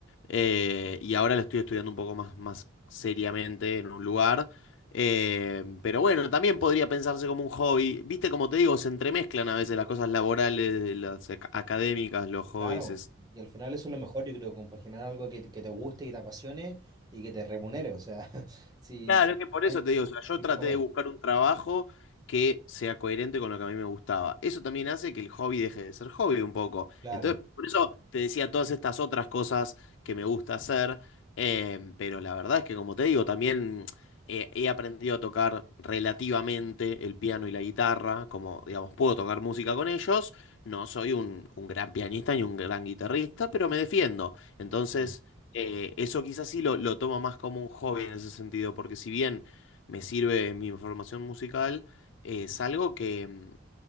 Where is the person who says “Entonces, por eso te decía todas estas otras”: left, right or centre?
Left